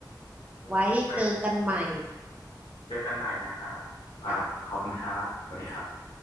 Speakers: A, on the left (about 75°); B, on the right (about 20°).
A: ไว้ไว้
B: ไว้เจอกันใหม่
A: เจอกันใหม่นะครับครับขอบคุณครับสวัสดีครับ
B: จ้า